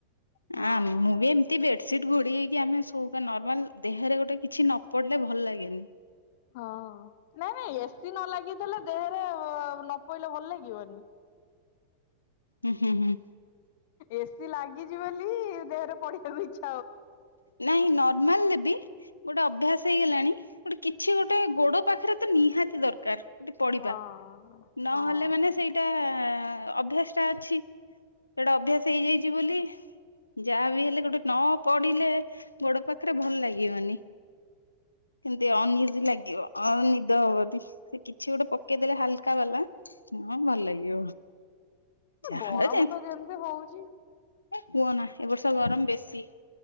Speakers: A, on the left; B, on the left.
A: ହଁ
B: ଆ ମୁଁ ବି ଏମିତି ବେଡସିଟ ଘୋଡି ହେଇକି ଆମେ ସୋଉ ନର୍ମାଲ୍ ଦେହରେ ଗୋଟେ କିଛି ନ ପଡିଲେ ଭଲ ଲାଗେନି।
A: ହଁ ନାଇଁ ନାଇଁ ଏସିି ନ ଲାଗିଥିଲେ ଦେହରେ ନ ପଇଲେ ଭଲ ଲାଗିବନି।
B: ହୁଁ ହୁଁ ହୁଁ।
A: ଏସିି ଲାଗିଛି ବୋଲି ଦେହରେ ପଡିଆ କୁ ଛି
B: ନାଇଁ ନର୍ମାଲରେ ବି ଗୋଟେ ଅଭ୍ୟାସ ହେଇଗଲାଣି ଗୋଟେ କିଛି ଗୋଟେ ଗୋଡ ପାଖରେ ତ ନିହାତି ଦରକାର ଗୋଟେ ପଡିବା
A: ହଁ।
B: ନହେଲେ
A: ହଁ।
B: ମାନେ ସେଇଟା ଅଭ୍ୟାସଟା ଅଛି ସେଟା ଅଭ୍ୟାସ ହେଇଯାଇଚି ବୋଲି ଯାହା ବି ହେଲେ ଗୋଟ ନ ପଢିଲେ ଗୋଡ ପାଖରେ ଭଲ ଲାଗିବନି। କେମତି ଅନିଜ ଲାଗିବ, ଅଉ ନିଦ ହବନି ସେ କିଛି ଗୋଟେ ପକେଇଦେଲେ ହାଲକା ବାଲା ହଁ ଭଲାଗିବ ଯାହାର
A: ଗରମ
B: ଯାହା।
A: ତ ଯେମିତି ହଉଛି
B: କୁହନା ଏ ବର୍ଷ ଗରମ ବେଶୀ।